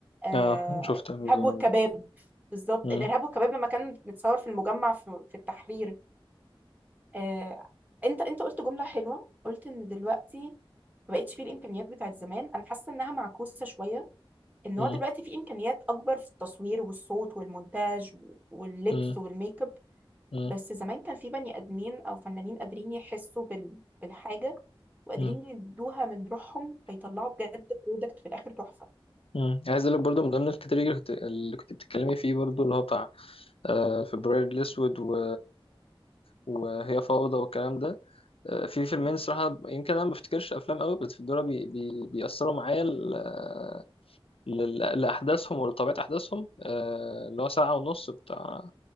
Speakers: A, on the right (about 15°); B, on the left (about 80°).
A: آه،
B: اه شفت أنا بالظبط.
A: إرهاب والكباب بالظبط
B: م-
A: الإرهاب والكباب لما كان متصور في المجمع في, في التحرير آه، أنت أنت قلت جملة حلوة قلت إن دلوقتي ما بقتش فيه الإمكانيات بتاعت زمان أنا حاسة إنها معكوسة شوية ان
B: م-
A: هو دلوقتي في امكانيات اكبر في التصوير والصوت والمونتاج واللبس
B: م-
A: والميك اب
B: م-
A: بس زمان كان في بني ادمين او فنانين قادرين يحسوا بال... بالحاجه وقادرين
B: م-
A: يدوها من روحهم فيطلعوا بجد برودكت في الاخر تحفه
B: م. عايز اقول لك برضه من ضمن الكاتيجوري اللي كنت اللي كنت بتتكلمي فيه برضه اللي هو بتاع آه، فبراير الاسود و وهي فوضى والكلام ده آه، في فيلمين
A: مم.
B: الصراحة يمكن أنا ما بفتكرش أفلام قوي بس دول بي بي بيأثروا معايا ل- لل- لأحداثهم ولطبيعة أحداثهم آه، اللي هو ساعة ونص بتاع